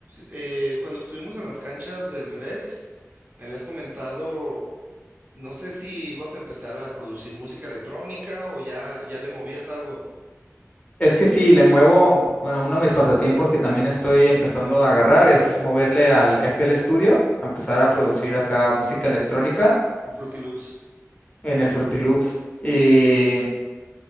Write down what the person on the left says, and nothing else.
Es que sí, le muevo, bueno, uno de mis pasatiempos que también estoy empezando a agarrar es moverle al FL Studio, a empezar a producir acá música electrónica
en el Fruity Loops. Y